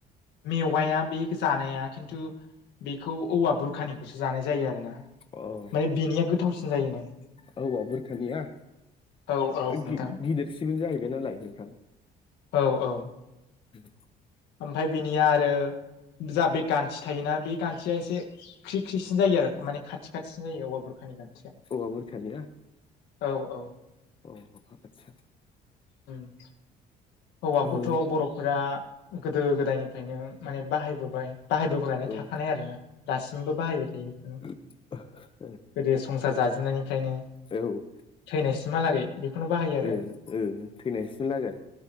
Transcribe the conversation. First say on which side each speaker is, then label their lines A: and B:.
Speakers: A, on the left; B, on the left.
A: मेवाया बे जानाया खिन्थु बेखौ औवा बुरखानि जानाय जायो आरो ना
B: औ
A: माने बेनिया गोथावसिन जायोनो
B: औवाया बुरखानिया
A: औ औ
B: गि
A: नोंथां
B: गिदिरसिबो जाहैबाय नालाय नोंथां
A: औ औ
B: <inaudible>
A: ओमफ्राय बिनिया आरो जा बे गान्थि थायोना बे खान्थिया एसे ख्रिख्रिसिन जायो आरो माने खाथि खाथिसिन जायो औवाया बुरखानि गान्थिया
B: औवा बुरखानिया
A: औ औ
B: अ आदसा
A: उम औवाखौथ
B: ओ
A: बर'फोरा गोदो गोदायनिफ्रायनो माने बाहायबोबाय बाहायबोबायनानै
B: औ
A: थाखानाय आरोना दासिमबो बाहायबाय थायो बेखौनो
B: ओ
A: गोदो संसार जाजेननायनिफ्रायनो
B: औ
A: थैनायसिमहालागै बेखौनो बाहायो आरो
B: ओ ओ थैनायसिम लागो